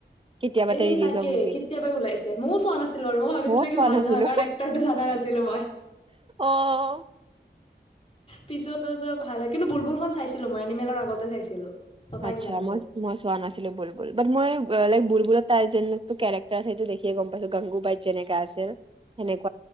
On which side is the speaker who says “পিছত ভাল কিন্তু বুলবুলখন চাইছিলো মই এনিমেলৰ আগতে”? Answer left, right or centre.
Left